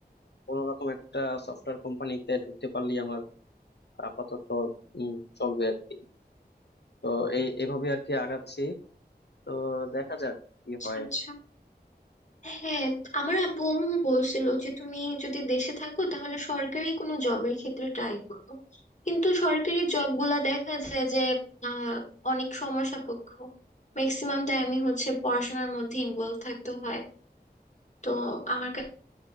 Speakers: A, on the left; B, on the left.
A: কোনো রকম একটা সফটওয়্যার কোম্পানিতে ঢুকতে পারলেই আমার আপাতত উম, চলবে আর কি তো এই এভাবে আর কি আগাচ্ছি তো দেখা যাক কি
B: আচ্ছা
A: হয়
B: আচ্ছা। হ্যাঁ আমার আব্বু আম্মু বলছিল যে তুমি যদি দেশে থাকো তাহলে সরকারি কোনো জবের ক্ষেত্রে ট্রাই করো কিন্তু সরকারি জব গুলা দেখা যায় যে আহ অনেক সময় সাপেক্ষ ম্যাক্সিমাম টাইমই হচ্ছে পড়াশোনার মধ্যে ইনভলভ থাকতে হয় তো আমার কা-